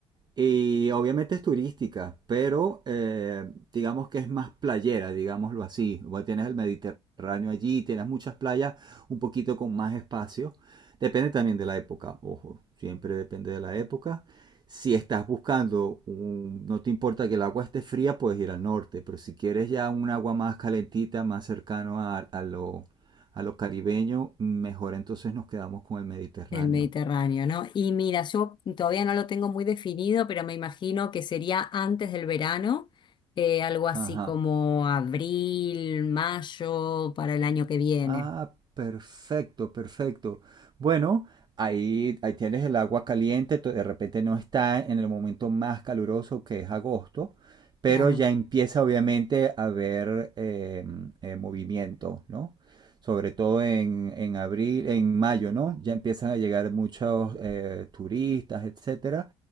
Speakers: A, on the right; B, on the left.
A: y obviamente es turística, pero eh, digamos que es más playera, digámoslo así. Bueno, tienes el Mediterráneo allí, tienes muchas playas un poquito con más espacio. Depende también de la época, ojo, siempre depende de la época. Si estás buscando, un- no te importa que el agua esté fría, puedes ir al norte, pero si quieres ya un agua más calentita, más cercano a, a lo, a lo caribeño, mejor entonces nos quedamos con el Mediterráneo.
B: El Mediterráneo, ¿no? Y mira, yo todavía no lo tengo muy definido, pero me imagino que sería antes del verano, eh, algo así
A: Ajá.
B: como abril, mayo, para el año que viene.
A: Ah, perfecto, perfecto. Bueno, ahí, ahí tienes el agua caliente, to- de repente no está en el momento más caluroso que es agosto, pero
B: Claro.
A: ya empieza obviamente a haber eh, eh, movimiento, ¿no? Sobre todo en, en abril, en mayo, ¿no? Ya empiezan a llegar muchos eh, turistas, etcétera,